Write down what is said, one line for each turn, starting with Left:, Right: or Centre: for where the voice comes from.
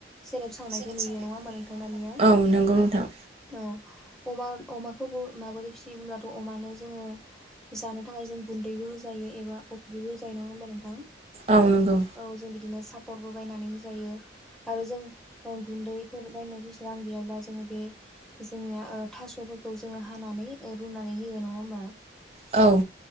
Centre: सेरेब
Right: नंगौ
Centre: सावनायखौ नुयो नङा
Right: नोंथां।
Centre: होमा नोंथांमोनानिया औ अमा अमाखौ माबोरै फिसियोगब्लाथ' अमानो जोङो जानो थाखाय जों गुन्दैबो होजायो एबा अफ्रिबो होजायो नङा होमबा नोंथां
Right: औ नंगौ
Centre: औ जों बिदिनो सापर्टबो बायनानै होजायो आरो जों गुन्दैफोर बायनो बेसे रां गैयाब्ला जोङो बे जोंनिया थास'फोरखौ जोङो हानानै रुनानै होयो नङा होमबा
Right: औ